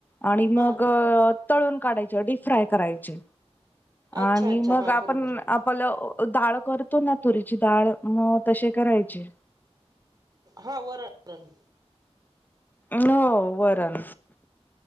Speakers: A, on the left; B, on the right.
A: आणि मग
B: हा
A: तळून काढायचे, डीप फ्राय करायचे.
B: अच्छा
A: आणि
B: अच्छा
A: मग
B: हा
A: आपण,
B: बरोबर
A: आप पल डाळ करतो ना, तुरीची डाळ मग तसे करायची.
B: हां वरण.
A: हो, वरण